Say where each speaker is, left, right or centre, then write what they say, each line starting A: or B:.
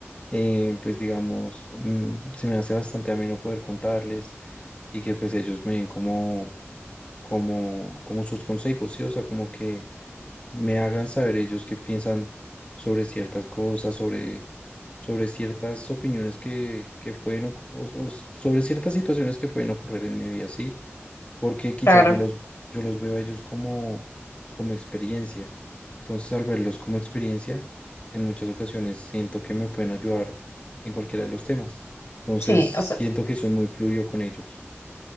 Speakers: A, on the left; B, on the left.
A: eh, pues digamos, mm, se me hace bastante ameno poder contarles y que pues ellos me den como, como, como sus consejos, ¿sí? O sea, como que me hagan saber ellos qué piensan sobre ciertas cosas, sobre, sobre ciertas opiniones que, que pueden, oc- o, o sobre ciertas situaciones que pueden ocurrir en mi vida, ¿sí? Porque quizás
B: Claro,
A: yo los, yo los veo a ellos como, como experiencia. Entonces, al verlos como experiencia, en muchas ocasiones siento que me pueden ayudar en cualquiera de los temas. Entonces,
B: sí,
A: siento
B: o sea.
A: que soy muy fluido con ellos.